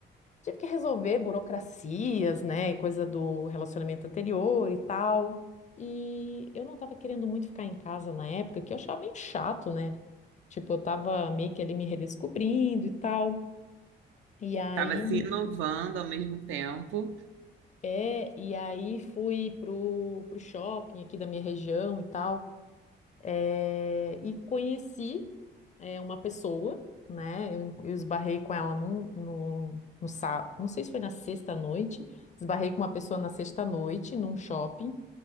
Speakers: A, on the left (about 35°); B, on the right (about 80°).
A: tive que resolver burocracias, né, e coisa do relacionamento anterior e tal. E eu não estava querendo muito ficar em casa na época, que eu achava meio chato, né? Tipo, eu tava meio que ali me redescobrindo e tal. E aí,
B: tava se inovando ao mesmo tempo.
A: é, e aí fui pro, pro shopping aqui da minha região e tal. eh, e conheci eh, uma pessoa, né? Eu, eu esbarrei com ela num- no, no, sábado, não sei se foi na sexta noite, esbarrei com uma pessoa na sexta noite num shopping